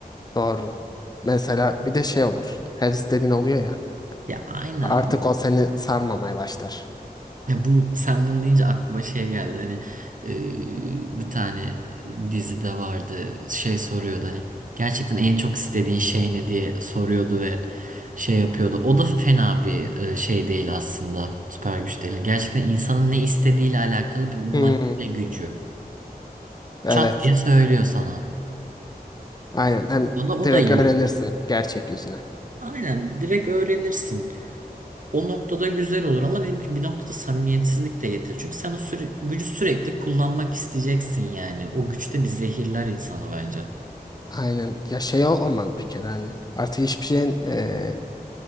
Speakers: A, on the left (about 25°); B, on the right (about 55°).
A: doğru. Mesela bir de şey olur. Her istediğin oluyor ya.
B: Ya aynen.
A: Artık o seni sarmamaya başlar.
B: Ya bu sen bunu deyince aklıma şey geldi hani e, bir tane dizide vardı şey soruyordu hani gerçekten en çok istediğin şey ne diye soruyordu ve şey yapıyordu. O da fena bir e, şey değil aslında süper güç değil. Yani Gerçekten insanın ne istediğiyle alakalı bir manipüle
A: Hmm,
B: gücü.
A: evet.
B: Çat diye söylüyor sana.
A: Aynen. Hem
B: O da, o
A: direkt
B: da iyi
A: öğrenirsin
B: olur.
A: gerçek yüzünü.
B: Aynen direkt öğrenirsin. O noktada güzel olur ama dedim ki bir noktada samimiyetsizlik de getirir. Çünkü sen o süre, gücü sürekli kullanmak isteyeceksin yani. O güçte bir zehirler insanı bence.
A: Aynen. Ya şey ol- olmaz bir kere hani. Artık hiçbir şeyin e,